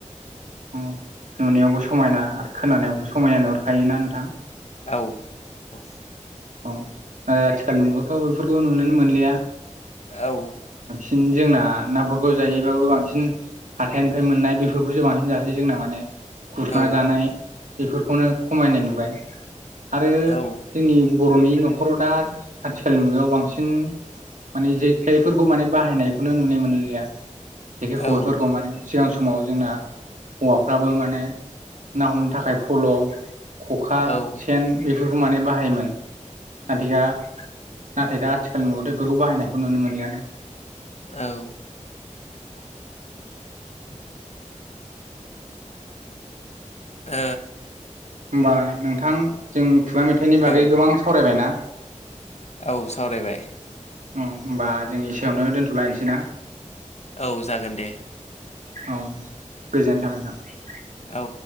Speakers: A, on the right; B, on the left.
A: ओम नुनायावबो समायना आरो खोनानायावबो समायना नुहुरखायोना नोंथां
B: औ औ
A: औ आथिखालनि मुगायावथ' बेफोरखौ नुनोनो मोनलिया
B: औ
A: बांसिन जोंना नाफोरखौ जायोबाबो बांसिन हाथाइनिफ्राय मोननाय बेफोरखौसो बांसिन जासै जोंना माने गुरना
B: औ
A: जानाय बेफोरखौनो खमायनाय नुबाय आरो
B: औ
A: जोंनि बर'नि न'खराव दा आथिखालनि मुगायाव बांसिन माने जेखायफोरखौ माने बाहायनायखौनो नुनो मोनलिया जेखाय खबायफोरखौ
B: औ
A: माने सिगां समाव जोंना हौवाफ्राबो माने ना हमनो थाखाय फल' खखा
B: औ औ
A: सेन बेफोरखौ माने बाहायोमोन नाथाय दा नाथाय दा आथिखाल मुगायावथ' बेफोरखौ बाहायनायखौ नुनो मोनलियाना
B: औ
A: <inaudible>
B: ओ
A: होमबा नोंथां जों खुगा मेथाइनि बागै
B: औ
A: गोबां सावरायबायना
B: औ सावरायबाय।
A: ओम होमबा जों इसेयावनो दोनथ'लायनोसै ना।
B: औ जागोन दे ।
A: औ गोजोननाय थाबाय नोंथां।
B: औ